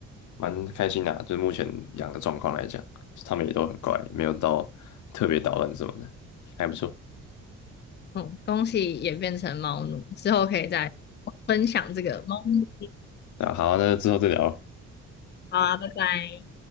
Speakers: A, on the left; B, on the left.
A: 蛮开心的啊就目前养的状况来讲，它们也都很乖，没有到特别捣乱什么的，还不错。
B: 嗯，恭喜也变成猫奴，之后可以再分享这个猫咪。
A: 那好啊，那之后再聊。
B: 好啊，拜拜。